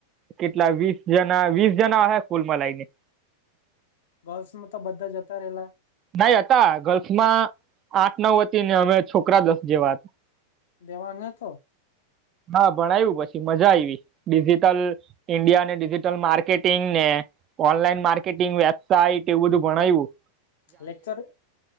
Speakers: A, on the right; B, on the left.
A: કેટલા વીસ જના વીસ જના હે કુલ મલાઈને
B: ગર્લ્સમાં તો બધા જતા રેલા
A: ના ઈ હતા ગર્લ્સમાં આઠ નવ હતી ને અમે છોકરા દસ જેવા હ
B: દેવાન હતો
A: હા ભણાયું પછી મજા આઈવી ડિજિટલ ઇન્ડિયા ને ડિજિટલ માર્કેટિંગ ને ઓનલાઈન માર્કેટિંગ વેબસાઇટ એવું બધું ભણાઈવું
B: લેકચર